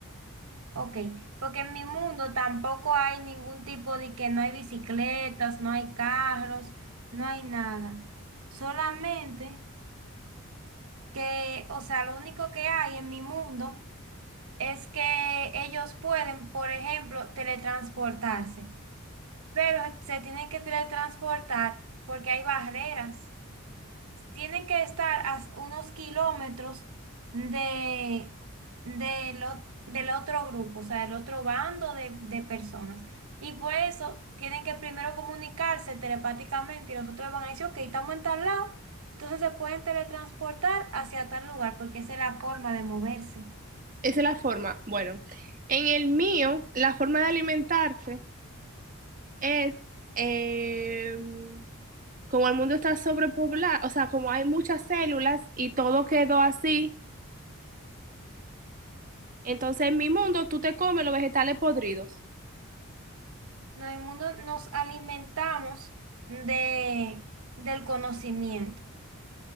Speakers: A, on the right; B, on the right.
A: Ok, porque en mi mundo tampoco hay ningún tipo de que no hay bicicletas, no hay carros, no hay nada. Solamente que, o sea, lo único que hay en mi mundo es que ellos pueden, por ejemplo, teletransportarse, pero se tienen que teletransportar porque hay barreras. tienen que estar a unos kilómetros de, de lo- del otro grupo, o sea, del otro bando de, de personas. Y por eso tienen que primero comunicarse telepáticamente y los otros van a decir, ok, estamos en tal lado, entonces se pueden teletransportar hacia tal lugar, porque esa es la forma de moverse.
B: Esa es la forma. Bueno, en el mío, la forma de alimentarse es... em, como el mundo está sobrepoblado, o sea, como hay muchas células y todo quedó así, entonces en mi mundo tú te comes los vegetales podridos.
A: No, en el mundo nos alimentamos de, del conocimiento.